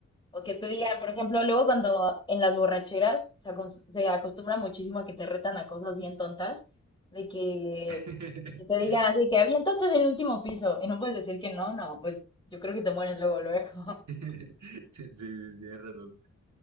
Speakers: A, on the left; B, on the right.
A: O que te digan, por ejemplo, luego cuando en las borracheras se, acos- se acostumbra muchísimo a que te retan a cosas bien tontas, de que,
B: <laughs>
A: que te digan así, que aviéntate del último piso y no puedes decir que no, no, pues yo creo que te mueres luego, luego. <laughs>
B: Sí, sí, sí, tienes razón.